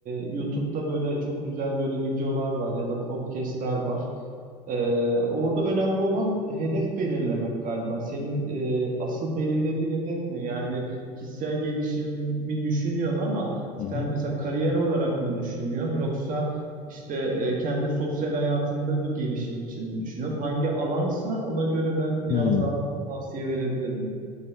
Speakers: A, on the right; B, on the left.
A: YouTube'da böyle çok güzel böyle videolar var ya da podcastler var. Ee, orada önemli olan hedef belirlemek galiba. Senin e, asıl belirlediğin hedef ne? Yani kişisel gelişimi düşünüyorsun ama sen
B: Hı hı.
A: mesela kariyer olarak mı düşünüyorsun yoksa işte e, kendi sosyal hayatında bir gelişim için mi düşünüyorsun? Hangi alansa ona göre ben biraz
B: Hmm.
A: daha tavsiye verebilirim.